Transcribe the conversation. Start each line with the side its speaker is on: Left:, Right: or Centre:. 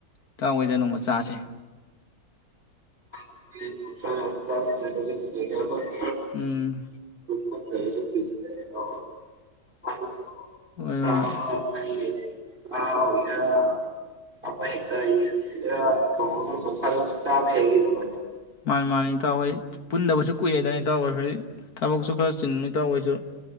Left: ꯏꯇꯥꯎ ꯍ‌ꯣꯏꯗ ꯅꯣꯡꯃ ꯆꯥꯁꯦ
Right: <inaudible>
Left: ꯎꯝ
Right: <inaudible> <inaudible>
Left: ꯍꯣꯏ ꯍꯣꯏ
Right: ꯏꯇꯥꯎ <unintelligible>
Left: ꯃꯥꯅꯤ ꯃꯥꯥꯅꯤ ꯏꯇꯥꯎꯍꯣꯏ ꯄꯨꯟꯗꯕꯁꯨ ꯀꯨꯏꯔꯦꯗꯅ ꯏꯇꯥꯎꯍꯣꯏ ꯍ‌ꯣꯏ ꯊꯕꯛꯁꯨ ꯈꯔ ꯆꯤꯟꯕꯅꯤ ꯏꯇꯥꯎꯈꯣꯏꯁꯨ